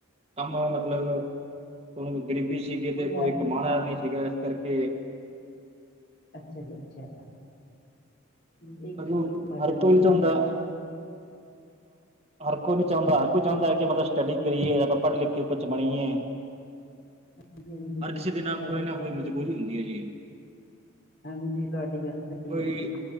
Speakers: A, on the right; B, on the left.
A: ਕੰਮ ਮਤਲਬ ਹੁਣ ਗਰੀਬੀ ਚ ਸੀਗੇ ਤੇ ਕੋਈ
B: ਹੈ ਨੀ
A: ਕਮਾਣਾ ਨਈ ਸੀਗਾ, ਇਸ ਕਰਕੇ
B: ਅੱਛਾ ਜੀ ਅੱਛਾ। ਇਹ ਗਰੀਬੀ
A: ਹਰ
B: ਮਰ ਜਾਂਦੀ
A: ਕੋਈ
B: ਹੈ ਨਾ
A: ਚਾਹੁੰਦਾ ਹਰ ਕੋਈ ਨ ਚਾਹੁੰਦਾ, ਹਰ ਕੋਈ ਚਾਹੁੰਦਾ ਕਿ ਮਤਲਬ ਸਟੱਡੀ ਕਰੀਏ, ਆਪਾਂ ਪੜ੍ਹ ਲਿਖੇ ਕੁਛ ਬਣੀਏ।
B: ਹਾਂਜੀ ਹਾਂਜੀ
A: ਹਰ ਕਿਸੇ ਦੇ
B: ਇਹ
A: ਨਾਲ
B: ਤਾਂ ਤੁਹਾਡੀ
A: ਕੋਈ ਨਾ
B: ਗੱਲ
A: ਕੋਈ ਮਜ਼ਬੂਰੀ
B: ਸਹੀ ਹੈ
A: ਹੁੰਦੀ ਐ ਜੀ।
B: ਹਾਂਜੀ, ਤੁਹਾਡੀ ਗੱਲ ਸਹੀ
A: ਕੋਈ
B: ਹੈ ਜੀ।